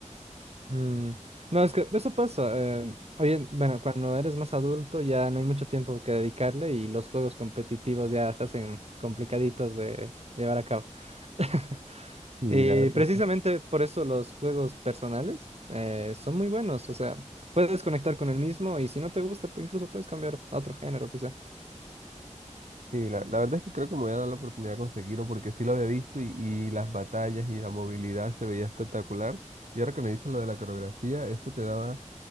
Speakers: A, on the right; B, on the right.
A: Mm, No, es que eso pasa. eh, hoy en- bueno, cuando eres más adulto ya no hay mucho tiempo que dedicarle y los juegos competitivos ya se hacen complicaditos de llevar a cabo. <laughs>
B: Y
A: Y
B: la verdad.
A: precisamente por eso los juegos personales eh, son muy buenos. O sea, puedes conectar con el mismo y si no te gusta, pu- incluso puedes cambiar a otro género, quizá.
B: Sí, la, la verdad es que creo que me voy a dar la oportunidad de conseguirlo porque sí lo había visto y, y las batallas y la movilidad se veía espectacular. Y ahora que me dices lo de la coreografía, eso te daba,